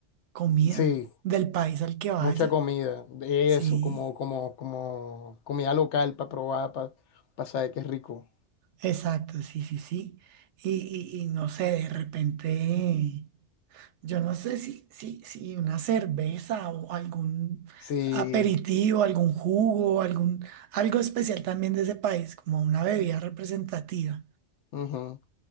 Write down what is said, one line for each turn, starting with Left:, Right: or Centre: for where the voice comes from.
Right: comida
Left: sí,
Right: del país al que vaya,
Left: mucha comida. De
Right: sí.
Left: eso, como, como, como comida local para probar, para saber que es rico.
Right: Exacto, sí, sí, sí. Y, y- y no sé, de repente, yo no sé si, si, si una cerveza o algún
Left: Sí,
Right: aperitivo, algún jugo, algún, algo especial también de ese país, como una bebida representativa.
Left: ujú.